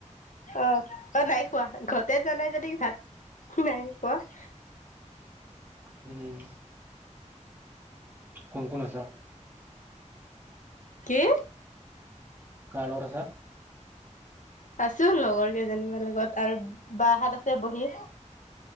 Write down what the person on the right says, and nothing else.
উম। কোন কোন আছা
কাৰ লগত আছা?